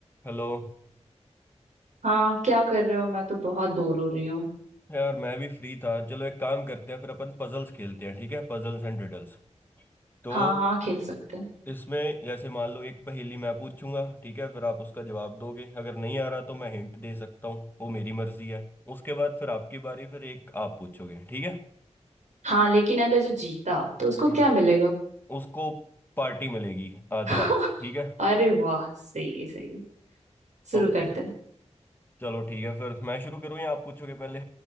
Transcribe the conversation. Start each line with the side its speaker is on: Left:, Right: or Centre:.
Left: Hello
Right: हाँ क्या कर रहे हो मैं तो बहुत बोर हो रही हूँ
Left: यार मैं भी फ्री था चलो एक काम करते हैं फिर अपन पजल्स खेलते हैं ठीक है Puzzles and riddles तो
Right: हाँ हाँ खेल सकते हैं
Left: इसमें जैसे मान लो एक पहेली मैं पूछूंगा ठीक है फिर आप उसका जवाब दोगे अगर नहीं आ रहा तो मैं हिंट दे सकता हूँ वो मेरी मर्जी है उसके बाद फिर आपकी बारी फिर एक आप पूछोगे ठीक है
Right: हाँ लेकिन अगर जो जीता तो उसको
Left: हम्म
Right: क्या मिलेगा
Left: उसको पार्टी मिलेगी आज
Right: <laughs>
Left: रात ठीक है
Right: अरे वाह सही है सही है। शुरू
Left: ओके
Right: करते हैं
Left: चलो ठीक है फिर मैं शुरू करूँ या आप पूछोगे पहले